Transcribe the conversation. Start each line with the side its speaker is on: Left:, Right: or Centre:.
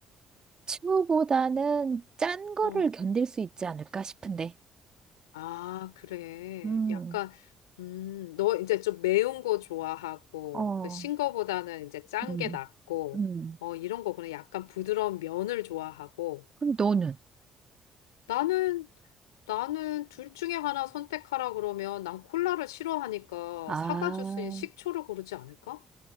Right: 츄보다는 짠 거를
Left: 어.
Right: 견딜 수 있지 않을까 싶은데.
Left: 아, 그래.
Right: 음,
Left: 약간 음, 너 이제 좀 매운 거 좋아하고
Right: 어,
Left: 그 신 거보다는 이제 짠
Right: 음,
Left: 게 낫고
Right: 음.
Left: 어, 이런 거구나. 약간 부드러운 면을 좋아하고
Right: 그럼 너는?
Left: 나는 나는 둘 중에 하나 선택하라 그러면 난 콜라를 싫어하니까
Right: 아,
Left: 사과 주스인 식초를 고르지 않을까?